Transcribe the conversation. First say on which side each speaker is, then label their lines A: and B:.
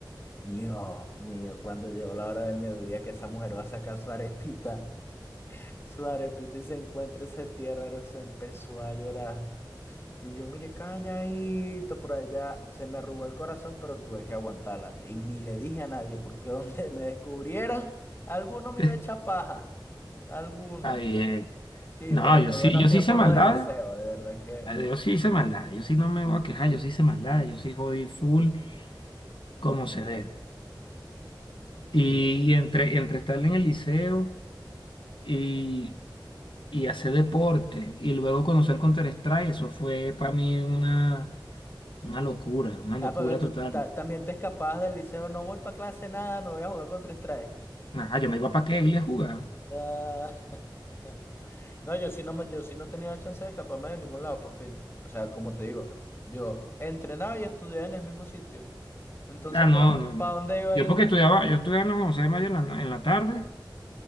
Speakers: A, on the left; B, on the left.
A: Dios mío, cuando llegó la hora del mediodía que esa mujer va a sacar su arepita, su arepita y se encuentra ese tierra, eso empezó a llorar. Y yo, mire, calladito por allá, se me arrugó el corazón, pero tuve que aguantarla. Y ni le dije a nadie, porque <laughs> donde me descubrieran, alguno me iba
B: Ah.
A: a echar
B: <laughs>
A: paja. Alguno.
B: Está bien.
A: Sí,
B: No,
A: pero
B: yo
A: qué
B: sí,
A: buenos
B: yo
A: tiempos
B: sí hice maldades.
A: los del liceo, de verdad que.
B: eh, Yo sí hice maldades. Yo sí no me voy a quejar. Yo sí hice maldades. Yo sí jodí full como se debe. Y
A: Sí.
B: entre, entre estar en el liceo y, y hacer deporte y luego conocer Counter-Strike, eso fue para mí una, una locura, una
A: Ah,
B: locura
A: porque tú
B: total.
A: ta- también te escapabas del liceo, no voy para clase nada, me voy a jugar con tres trajes.
B: Ah, yo me iba para Keglia a jugar.
A: Ah, <laughs> No, yo sí no, me- yo sí no tenía chance de escaparme de ningún lado, porque, o sea, como te digo, yo entrenaba y estudiaba en el mismo sitio. Entonces,
B: Ah, no,
A: ¿para pa
B: no. no.
A: pa dónde iba ahí?
B: Yo porque estudiaba, yo estudiaba en la José de Mayo en la, no- en la tarde